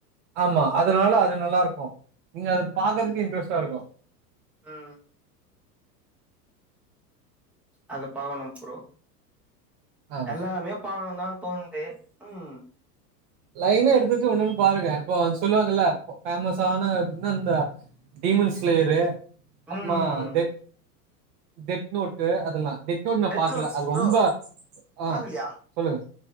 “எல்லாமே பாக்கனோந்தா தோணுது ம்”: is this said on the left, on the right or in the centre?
Centre